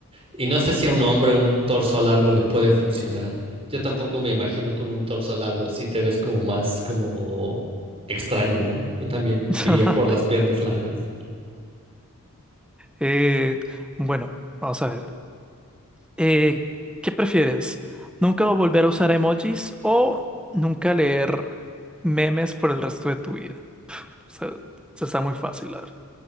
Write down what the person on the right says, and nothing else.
Y no sé si a un hombre un torso largo le puede funcionar. Yo tampoco me imagino con un torso largo, si te ves como más como extraño, ¿no? Yo también
me iría por las piernas largas.